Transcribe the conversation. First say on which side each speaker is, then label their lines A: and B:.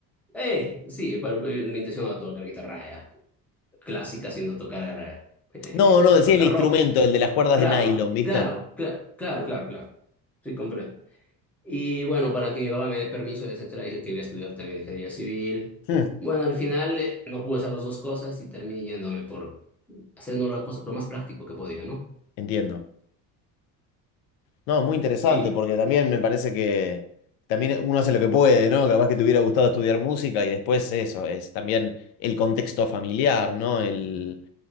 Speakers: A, in the centre; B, on the left.
A: Eh, sí, pero, pero yo- mi intención era tocar guitarra ya, clásica, sino tocar era, <laughs>
B: No, no,
A: sí
B: decía
A: que tocar
B: el instrumento,
A: rock.
B: el de las cuerdas
A: Claro,
B: de nylon, ¿viste?
A: claro, cla- claro, claro, claro. Sí, compré. Y bueno, para que mi papá me dé permiso, etcétera, dije que iba a estudiar también ingeniería civil.
B: Hmm,
A: Bueno, al final eh, no pude hacer las dos cosas y terminé yéndome por haciendo la cosa- lo más práctico que podía, ¿no?
B: entiendo. No, muy interesante,
A: y
B: porque también me parece que también uno hace lo que puede, ¿no? Capaz que te hubiera gustado estudiar música y después eso, es también el contexto familiar, ¿no? El,